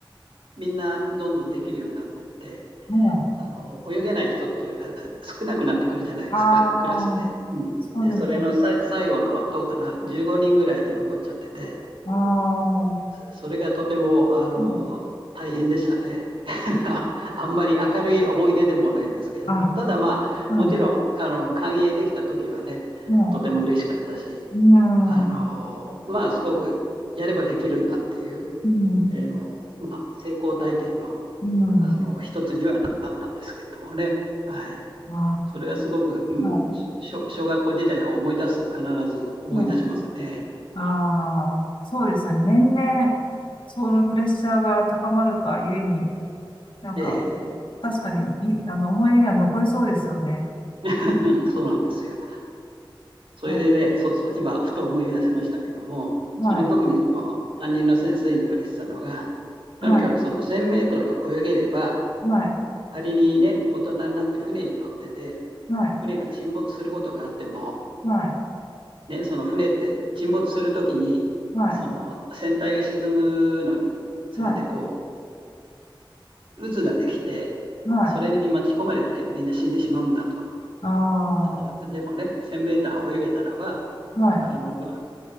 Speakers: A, on the right; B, on the left.
A: みんなどんどんできるようになってって、
B: い、はい。
A: あのー泳げない人っていうのが少なくなってくるじゃないですか、
B: ああー、
A: クラスで。うん、
B: そうですね。
A: で、それのさ最後のどうかな、15人ぐらいに残っちゃってて、
B: ああ、う
A: それがとてもあの大変でしたね。
B: ん、
A: <laughs> あんまり明るい思い出でもないんですけども、
B: あ、
A: ただまあ、
B: うん、
A: もちろん、あの、歓迎できた時はね、
B: うん、
A: とても嬉しかったし、
B: うん、
A: あの、まあ、すごくやればできるんだっていう、
B: うん、
A: えー、の、まあ、成功体験の、
B: うん、
A: あの、一つにはなったんですけれどもね。はい。
B: あ
A: それがすごく、うん、
B: あ、は
A: 小小学校時代を思い出すと必ず思い出しますね。
B: い、はい。ああ、そうですよね。年々、そのプレッシャーが高まるかゆえに、なんか、
A: ええ
B: 確かに、い、あの、思い出には残りそうですよね。
A: <laughs> そうなんですよ。それでね、
B: は
A: そうそう、今、ふと思い出しましたけども、
B: い、
A: その時にその担任の先生に言われてたのが、
B: はい、はい、
A: とにかくその1000メートル泳げれば、
B: はい、
A: 仮にね、大人になって船に乗ってて、
B: はい、
A: 船が沈没することがあっても、
B: はい、
A: ね、その船って沈没するときに、
B: はい、
A: その船体が沈むのにつれてこ
B: はい、
A: う渦ができて、
B: はい、
A: それに巻き込まれてみんな死んでしまうんだと。
B: ああ、
A: とでもね、
B: は
A: 1000メーター泳げたらば、
B: い、
A: あの